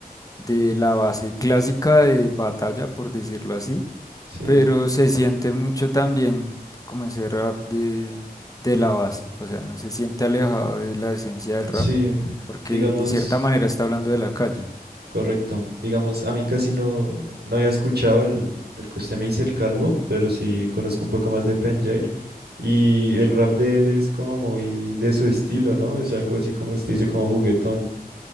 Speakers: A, on the left; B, on the right.
A: de la base clásica de batalla, por decirlo así,
B: sí,
A: pero se siente mucho también como ese rap de, de la base, o sea, no se siente alejado de la esencia del rap,
B: sí.
A: porque
B: Digamos.
A: de cierta manera está hablando de la calle.
B: Correcto. Digamos, a mí casi no, no había escuchado el, del que usted me dice, el Calvo, pero sí conozco un poco más de Penjair. Y el rap de él es como muy de su estilo, ¿no? Es algo así como usted dice, como juguetón.